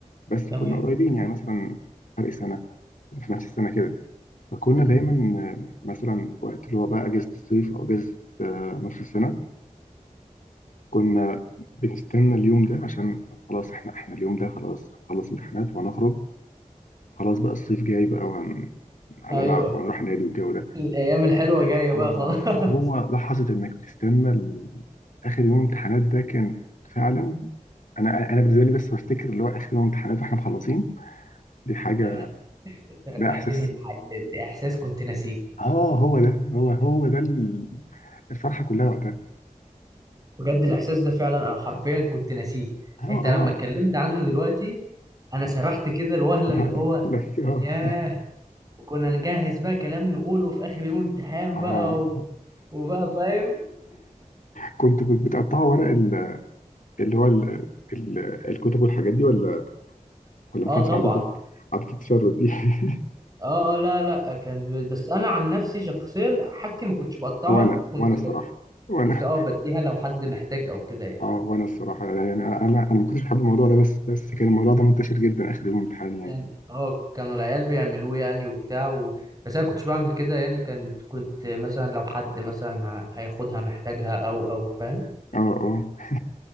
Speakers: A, on the left; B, on the right.
A: بس
B: تمام
A: كنا قريبين يعني مثلا فرق سنه في نفس السنه كده فكنا
B: امم
A: دايما آه، مثلا وقت اللي هو بقى اجازه الصيف او اجازه آه، نص السنه كنا بنستنى اليوم ده عشان خلاص احنا احنا اليوم ده خلاص هنخلص امتحانات وهنخرج خلاص بقى الصيف جاي بقى وهن- هنلعب
B: ايوه
A: وهنروح نادي والجو ده
B: الايام الحلوه جايه بقى
A: اه
B: خلاص
A: فهو
B: <laughs>
A: لحظة انك بتستنى ال- اخر يوم امتحانات ده كان فعلا انا انا بالنسبة لي بس بفتكر اللي هو اخر يوم امتحانات واحنا مخلصين دي حاجة
B: يعني انت رجعتني
A: ده احساس
B: لح- ل- لاحساس كنت ناسيه
A: اه هو ده هو هو ده ال- الفرحة كلها وقتها
B: بجد الاحساس ده فعلا انا حرفيا كنت ناسيه
A: اه
B: انت
A: اه
B: لما اتكلمت عنه دلوقتي انا سرحت كده الوهله
A: ما
B: اللي
A: انا
B: هو
A: بقول لك اه
B: ياه
A: <laughs>
B: وكنا نجهز بقى كلام نقوله في اخر يوم امتحان
A: اه
B: بقى و... وبقى فاهم
A: كنت بت- بتقطعوا ورق ال- اللي هو ال- ال- الكتب والحاجات دي ولا ولا
B: اه
A: ما كانش
B: طبعا
A: عندكم عادة التشرد دي <laughs>
B: اه آه، لا لا آه، كان ب- بس انا عن نفسي شخصيا حاجتي ما كنتش بقطعها
A: وانا
B: كنت
A: وانا الصراحة
B: ب...
A: وانا
B: كنت اه بديها لو حد محتاج او كده يعني
A: اه وانا الصراحه يعني انا انا انا ما كنتش بحب الموضوع ده بس بس كان الموضوع ده منتشر جدا اخر يوم امتحان يعني
B: كان اه كانوا العيال بيعملوه يعني وبتاع و... بس انا كنتش بعمل كده يعني كنت كنت مثلا لو حد مثلا ه- هياخدها محتاجها او او فاهم
A: اه اه